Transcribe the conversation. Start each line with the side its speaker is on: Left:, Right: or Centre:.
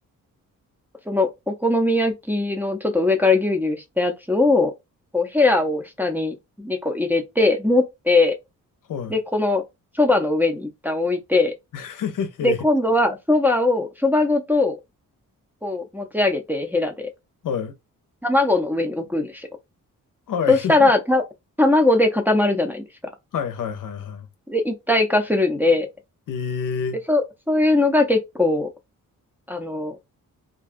Centre: その、お好み焼きのちょっと上からギュウギュウしたやつを、こう、ヘラを下に2個入れて、持って、
Left: はい。はい。
Centre: で、この、そばの上に一旦置いて、
Left: <laughs>
Centre: で、
Left: へへへ。
Centre: 今度は、そばを、そばごと、こう、持ち上げて、ヘラで、
Left: はい。
Centre: 卵の上に置くんですよ。
Left: はい。
Centre: そしたら、
Left: <laughs>
Centre: た、卵で固まるじゃないですか。
Left: はい。はい。はいは
Centre: で、一体化するんで、
Left: い。ええ。
Centre: で、そ、そういうのが結構、あの、